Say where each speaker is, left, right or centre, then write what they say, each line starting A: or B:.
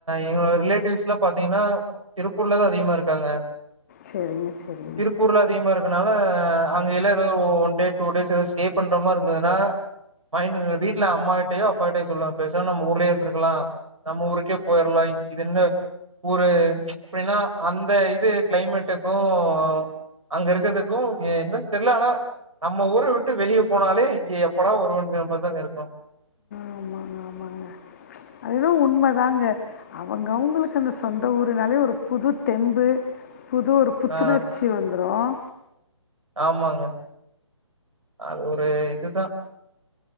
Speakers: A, on the right (about 85°); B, on the left (about 30°).
A: எங்களோ ரிலேட்டிவ்ஸ் எல்லாம் பாத்தீங்கன்னா திருப்பூர்ல தான் அதிகமா இரு <unintelligible>
B: சரிங்க சரிங்க
A: திருப்பூர்ல அதிகமாக இருக்கனால அங்க ஏ one day two day stay பண்ற மாரி இந்ததுான வீட்ல அம்மாட்டயோ அப்பாட்டயோ சொல்ல பேசம நம்ம உ <unintelligible> கலாம் நம்ம ஊருக்கே போயிரலா இது என்ன ஒரு எப்படின்னா அந்த இது கிளைமேட்டுக்கும் அங்க இருக்கிறதுக்கும் என்னு தெரில ஆனா நம்ம ஊர விட்டு வெளியே போனாலே இங்க எப்படா வருவோம் மாதிதாங்க இருக்கும்
B: ஆமாங்க ஆமாங்க அதும் உண்மை தாங்க அவங்க அவங்களுக்கு அந்த சொந்த ஊருனாலே ஒரு புது தெம்பு புது ஒரு புத்துணர்ச்சி
A: ஆ
B: வந்துரும்
A: ஆமாங்க அது ஒரு இதுதா